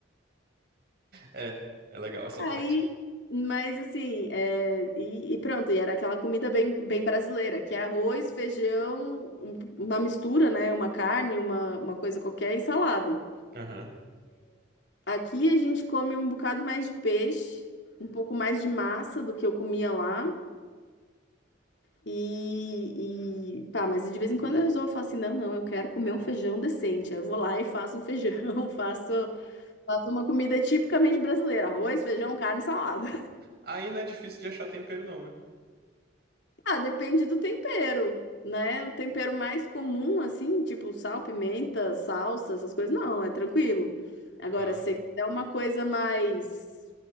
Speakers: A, on the right (about 50°); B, on the left (about 65°).
A: É, é legal essa
B: Aí,
A: parte.
B: mas assim, é, e, e pronto, e era aquela comida bem, bem brasileira, que é arroz, feijão, um- uma mistura, né? Uma carne, uma, uma coisa qualquer e salada.
A: Aham.
B: Aqui a gente come um bocado mais de peixe, um pouco mais de massa do que eu comia lá. E, e tá, mas de vez em quando eu resolvo falar assim: não, não, eu quero comer um feijão decente. Aí eu vou lá e faço um feijão, <laughs> faço, faço uma comida tipicamente brasileira: arroz, feijão, carne e salada.
A: Aí não é difícil de achar tempero, não, né?
B: Ah, depende do tempero, né? O tempero mais comum, assim, tipo sal, pimenta, salsa, essas coisas, não, é tranquilo. Agora,
A: Tá.
B: se você quiser uma coisa mais,